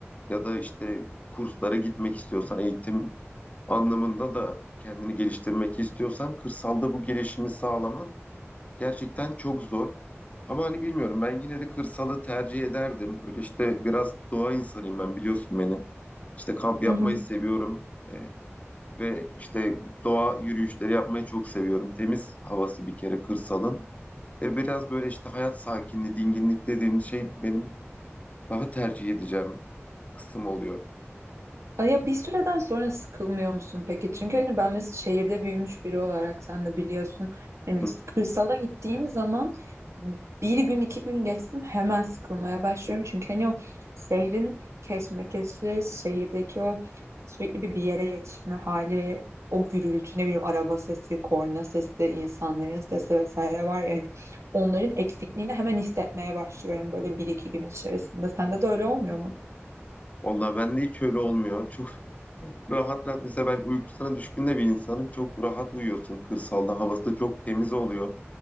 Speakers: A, on the left; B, on the right.
A: ya da işte kurslara gitmek istiyorsan eğitim anlamında da kendini geliştirmek istiyorsan kırsalda bu gelişimi sağlaman Gerçekten çok zor. Ama hani bilmiyorum ben yine de kırsalı tercih ederdim. Böyle işte biraz doğa insanıyım ben biliyorsun beni. İşte kamp yapmayı
B: Hı hı.
A: seviyorum. Ee, ve işte doğa yürüyüşleri yapmayı çok seviyorum. Temiz havası bir kere kırsalın. Ve biraz böyle işte hayat sakinliği, dinginlik dediğim şey benim daha tercih edeceğim kısım oluyor.
B: Ay, Ya bir süreden sonra sıkılmıyor musun peki? Çünkü hani ben mesela şehirde büyümüş biri olarak sen de biliyorsun. Hani
A: Hı.
B: işte kırsala gittiğim zaman bir gün iki gün geçsin hemen sıkılmaya başlıyorum. Çünkü hani o şehrin kesmekesi, şehirdeki o sürekli bir bir yere yetişme hali ve o gürültü ne bileyim araba sesi, korna sesi, insanların sesi vesaire var ya hani onların eksikliğini hemen hissetmeye başlıyorum böyle bir iki gün içerisinde. Sende de öyle olmuyor mu?
A: Vallahi bende hiç öyle olmuyor. Çok <laughs> rahat rahat mesela ben uykusuna düşkün de bir insanım. Çok rahat uyuyorsun kırsalda. Havası çok temiz oluyor.